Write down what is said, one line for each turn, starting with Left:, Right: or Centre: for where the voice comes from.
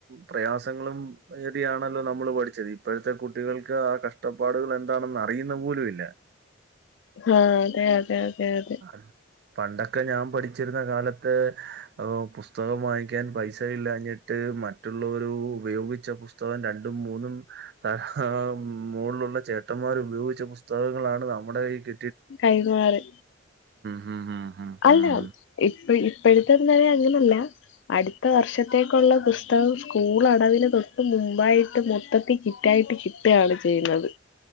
Right: പ്രയാസങ്ങളും ഏന്തിയാണല്ലോ നമ്മള് പഠിച്ചതീ ഇപ്പഴത്തെ കുട്ടികൾക്ക് ആ കഷ്ടപ്പാടുകളെന്താണെന്നറിയ്ന്ന പോലുഇല്ല
Left: ആഹ് അതെയതെ അതെയതെ
Right: അഹ് പണ്ടൊക്കെ ഞാൻ പഠിച്ചിരുന്ന കാലത്ത് ഏ് പുസ്തകം വാങ്ങിക്കാൻ പൈസ ഇല്ലാഞ്ഞിട്ട് മറ്റ് മറ്റുള്ളോരൂ ഉപയോഗിച്ച പുസ്തകം രണ്ടും മൂന്നും ത <unintelligible> മോൾളുള്ള ചേട്ടന്മാരു ഉപയോഗിച്ച പുസ്തകങ്ങളാണ് നമ്മുടെ കയ്യീക്
Left: കൈമാറി
Right: ഹും ഹും ഹും ഹും.
Left: അല്ല ഇപ്പഴ് ഇപ്പെഴ്ത്തെന്നര അങ്ങനല്ല അട്ത്ത വർഷത്തേക്കുള്ള പുസ്തകം സ്കൂൾ അടവിന് തൊട്ട് മുമ്പായിട്ട് മൊത്തത്തി കിറ്റ് റ്റായിട്ട് കിട്ടാണ് ചെയ്യ്ന്നത്